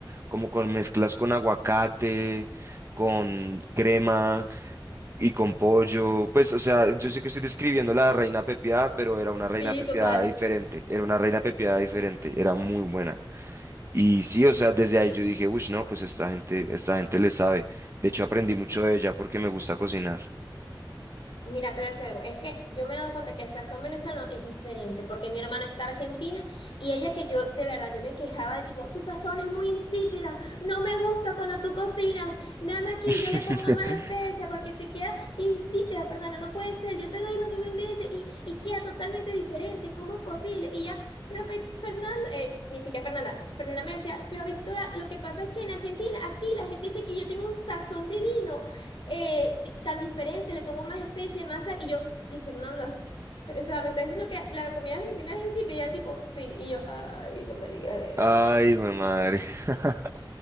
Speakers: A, on the right (about 35°); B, on the left (about 80°).
A: como con mezclas con aguacate, con crema y con pollo. Pues, o sea, yo sé que estoy describiendo la reina pepiada, pero era una reina
B: Sí,
A: pepiada
B: total.
A: diferente. Era una reina pepiada diferente. Era muy buena. Y sí, o sea, desde ahí yo dije, uff, no, pues esta gente, esta gente le sabe. De hecho, aprendí mucho de ella porque me gusta cocinar.
B: Mira, te voy a decir algo. Es que yo me he dado cuenta que el sazón venezolano es diferente, porque mi hermana está argentina y ella que yo, de verdad, yo me quejaba de tipo, tu sazón es muy insípida, no me gusta cuando tú cocinas, dame aquí,
A: <laughs>
B: yo le pongo más especia porque te queda insípida, Fernanda, no puede ser, yo te doy los mismos ingredientes y, y queda totalmente diferente, ¿cómo es posible? Y ya, pero Fe- Fernanda, eh, ni siquiera Fernanda, Fernanda me decía, pero Victoria, lo que pasa es que en Argentina, aquí la gente dice que yo tengo un sazón divino eh, di- tan diferente, le pongo más especie, más sal, y yo, ay, Fernanda, o sea, me está diciendo que la comida argentina es insípida, tipo, sí, y yo, ay, no me digas eso.
A: Ay, güey, madre. <laughs>